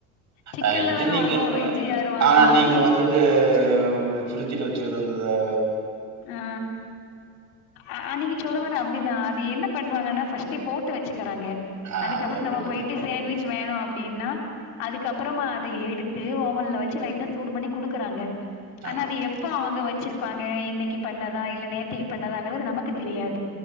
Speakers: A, on the left; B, on the right.
A: சிக்கன்ல
B: அஹ் இது
A: தானே
B: நீங்க
A: வாங்குவோம். வெஜ் யாரு வாங்குவா?
B: ஆனா நீங்க வந்துட்டு <unintelligible> ஃபரிட்ஜில் வச்சுருந்தா
A: அ அன் அன்னிக்கி சொல்ல மாட் அப்டிதான் அது என்ன பண்ணுவாங்கன்னா ஃபர்ஸ்ட்டே போட்டு வச்சுட்டு இருறாங்க
B: ஆ
A: அதுக்கப்புறம்
B: அது தப்பு
A: நம்ம
B: இல்ல
A: போயிட்டு
B: அது.
A: சேண்ட்விச் வேணும் அப்படின்னா அதுக்கப்புறமா அதை எடுத்து ஓவன்ல வச்சு னைநட்டால சூடு பண்ணி குடுக்குறாங்க ஆனா
B: ஆமா.
A: அது எப்ப அவங்க வச் வச்சிருப்பாங்க இன்னைக்கு இப்ப பண்ணதா இல்ல நோத்திக்கி பண்ணதாங்குகிறது நமக்கு தெரியாது